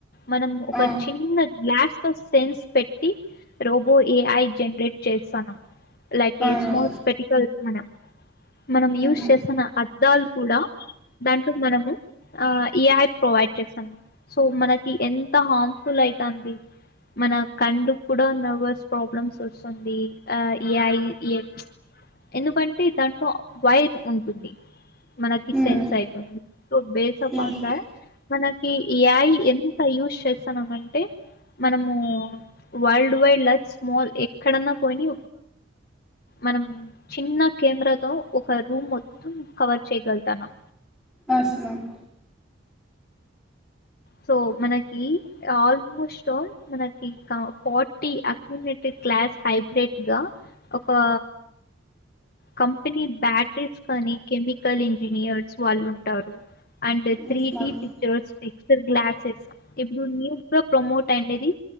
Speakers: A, on the left (about 50°); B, in the centre.
A: మనం ఒక
B: ఆ
A: చిన్న గ్లాస్ సెన్స్ పెట్టి రోబో ఏఐ జనరేట్ చేస్తానం. లగేజ్
B: అవును
A: స్మాస్ మనం మనం యూజ్
B: ఉమ్
A: చేస్తున్న అద్దాలు కూడా దాంట్లో మనము ఆ ఈఐ ప్రొవైడ్ చేస్తానం సో మనకి ఎంత హార్మ్ఫుల్ అయితాంది మన కన్లుకి కూడా నర్వర్స్ ప్రాబ్లమ్స్ వస్తుంది ఆ ఏఐ ఎ ఎందుకంటే దాంట్లో వైర్ ఉంటుంది మనకి
B: ఉమ్
A: సెన్స్ అయితుంది. So base upon
B: yes
A: that మనకి ఏఐ ఎంత్ ఎంత యూస్ చేస్తా అన్నమంటే మనమూ వరల్డ్ వైడ్ లా స్మాల్ ఎక్కడన్నా పోని మనం చిన్న కెమెరతో ఒక రూమ్ మొత్తం కవర్ చేయగలుతన్నం
B: అసమామ్
A: సో మనకి ఆల్మోస్ట్ ఆల్ మనకి ఫార్టీ అక్యూట క్లాస్ హైబ్రిడ్గా ఒకా కంపెనీ బ్యాటరీస్ కనీ కెమికల్ ఇంజనీయర్స్ వాళ్ళుంటారు. And three D
B: yes ma'am
A: pictures మీక్ గ్లాసెస్ ఇప్పుడు న్యూగా ప్రొమోట్ అయిండేది